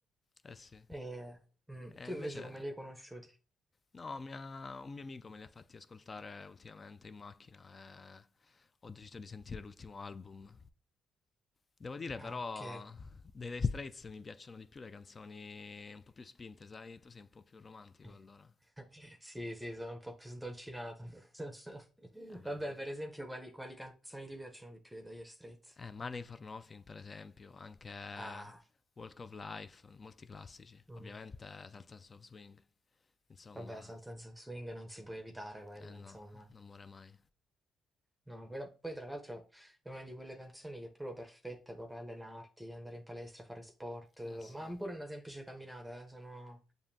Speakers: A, on the left; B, in the centre.
A: Eh sì.
B: E, mm,
A: E
B: tu
A: invece,
B: invece come li hai conosciuti?
A: no, mi ha- un mio amico me li ha fatti ascoltare ultimamente in macchina e ho deciso di sentire l'ultimo album. Devo dire
B: Ah,
A: però,
B: ok.
A: dei Dire Straits mi piacciono di più le canzoni un po' più spinte, sai? Tu sei un po' più romantico
B: <laughs>
A: allora.
B: Sì, sì, sono un po' più sdolcinato. <laughs>
A: E beh,
B: Vabbè,
A: beh.
B: per esempio, quali, quali canzoni ti piacciono di più dei Dire Straits?
A: Eh, Money for Nothing, per esempio, anche
B: Ah,
A: Walk of Life, molti classici.
B: mm.
A: Ovviamente Salsa of Swing, insomma,
B: Vabbè, Sultans of Swing non si può evitare quella,
A: eh no,
B: insomma.
A: non muore mai.
B: No, quella- poi tra l'altro è una di quelle canzoni che è proprio perfetta per allenarti, andare in palestra, fare sport, eh,
A: Eh sì.
B: ma pure una semplice camminata, eh, sono...